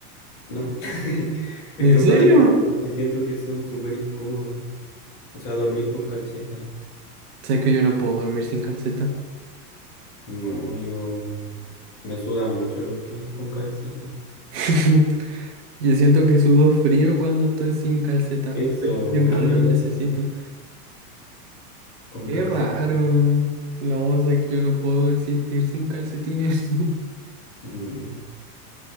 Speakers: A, on the left (about 15°); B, on the right (about 45°).
A: No, <laughs> es
B: ¿En
A: que nunca
B: serio?
A: me pongo porque siento que son súper incómodas. O sea, dormir con calceta.
B: Sé que yo no puedo dormir sin calceta.
A: No, yo me sudan mucho los pies con calceta.
B: <laughs> Yo siento que sudo frío cuando estoy sin calcetas,
A: Eso,
B: porque siempre
A: eso me
B: las
A: pasa
B: necesito.
A: con
B: ¡Qué
A: calceta.
B: raro! No, sé que yo no puedo existir sin calcetines. <laughs>
A: Mm,